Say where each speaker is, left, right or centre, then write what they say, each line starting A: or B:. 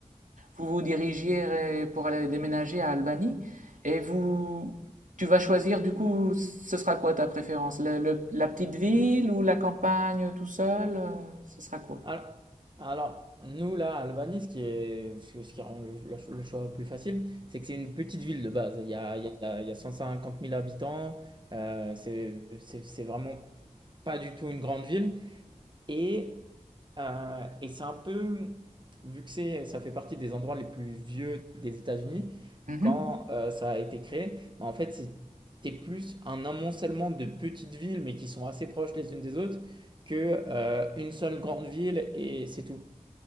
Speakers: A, on the right (about 75°); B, on the right (about 35°).
A: vous vous dirigiez pour aller déménager à Albany et vous tu vas choisir du coup ce sera quoi ta préférence? Le- le- la petite ville ou la campagne tout seul? euh, Ce sera quoi?
B: Al- Alors, nous, là, à Albany, ce qui est, ce ce qui rend le, le le choix plus facile, c'est que c'est une petite ville de base. Il y a, il y a- il y a 150 000 habitants. Euh, c'est c'est- c'est vraiment pas du tout une grande ville. Et, euh, et c'est un peu, vu que c'est, ça fait partie des endroits les plus vieux des États-Unis,
A: Mhm,
B: quand euh, ça a été créé, bah, en fait, c'était plus un amoncellement de petites villes, mais qui sont assez proches les unes des autres, que euh, une seule grande ville et c'est tout.